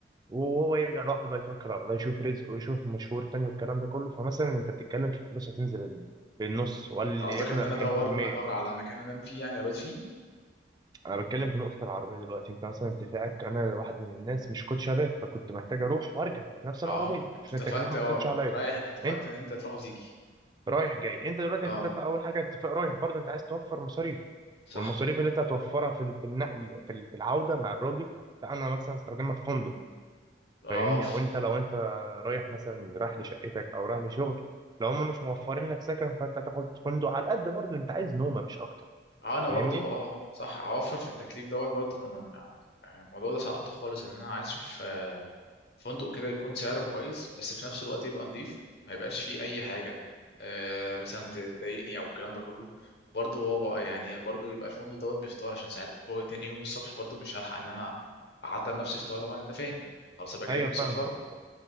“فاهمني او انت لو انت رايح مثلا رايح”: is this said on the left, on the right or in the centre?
Right